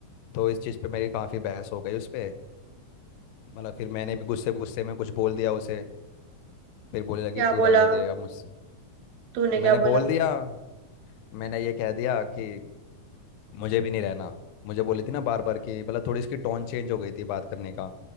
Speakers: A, on the left (about 85°); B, on the right (about 80°).
A: तो इस चीज़ पे मेरी काफ़ी बहस हो गई उस पर मतलब फिर मैंने भी गुस्से गुस्से में कुछ बोल दिया उसे फिर बोलने लगी
B: क्या
A: तू
B: बोला
A: रहने दे अब मुझसे
B: तूने
A: मैंने
B: क्या बोला
A: बोल दिया मैंने ये कह दिया कि मुझे भी नहीं रहना मुझे बोली थी ना बार बार कि मतलब थोड़ी इसकी टोन चेंज हो गई थी बात करने का